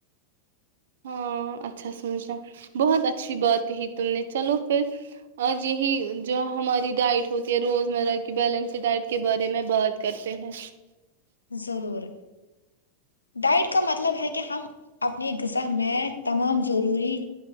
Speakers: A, on the right; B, on the left.
A: ہاں اچھا سموجچا بہت اچھی بات کہی تم نے چلو پھر آج یہی جو ہماری ڈائٹ ہوتی ہے روز مرہ کی بیلنس ڈائٹ کے بارے میں بات کرتے ہیں
B: ضرور ڈائٹ کا مطلب ہے کہ ہم اپنی غذا میں تمام ضروری